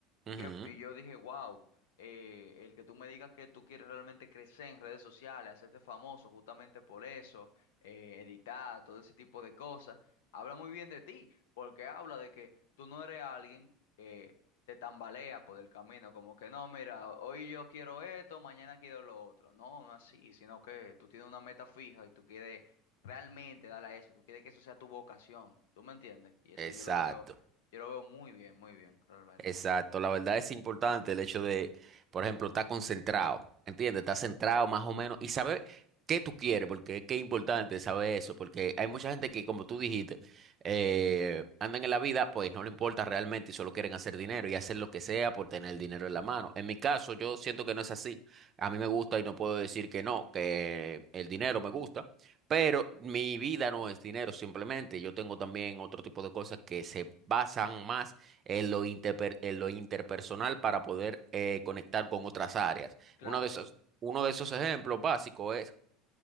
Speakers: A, on the left; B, on the right.
A: Y,
B: Ujú,
A: que, y yo dije, wow, el que tú me digas que tú quieres realmente crecer en redes sociales, hacerte famoso justamente por eso, eh, editar, todo ese tipo de cosas, habla muy bien de ti, porque habla de que tú no eres alguien... que se tambalea por el camino, como que no, mira, hoy yo quiero esto, mañana quiero lo otro. No, no así, sino que tú tienes una meta fija y tú quieres realmente darle a eso, tú quieres que eso sea tu vocación, ¿tú me entiendes? Y eso
B: Exacto.
A: yo lo veo, yo lo veo muy bien, muy bien, realmente.
B: Exacto, la verdad es importante el hecho de, por ejemplo, estar concentrado, ¿entiendes? Estar centrado más o menos y saber qué tú quieres, porque es que es importante saber eso, porque hay mucha gente que, como tú dijiste, eh, andan en la vida, pues no le importa realmente y solo quieren hacer dinero y hacer lo que sea por tener el dinero en la mano. En mi caso, yo siento que no es así. A mí me gusta y no puedo decir que no, que el dinero me gusta, pero mi vida no es dinero simplemente. Yo tengo también otro tipo de cosas que se basan más en lo, interper- en lo interpersonal para poder eh, conectar con otras áreas.
A: Claro,
B: Uno de esos, uno de esos ejemplos básicos es